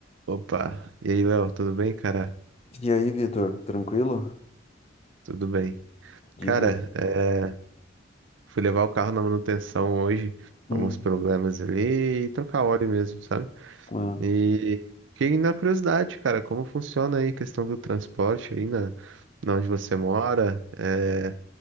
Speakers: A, on the right (about 80°); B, on the left (about 35°).
A: Opa, e aí, Léo, tudo bem, cara?
B: E aí, Vitor, tranquilo?
A: Tudo bem.
B: Diga.
A: Cara, é, fui levar o carro na manutenção hoje,
B: Hum,
A: alguns problemas ali, e trocar óleo mesmo, sabe?
B: é,
A: E fiquei na curiosidade, cara, como funciona aí a questão do transporte aí na, na onde você mora? É,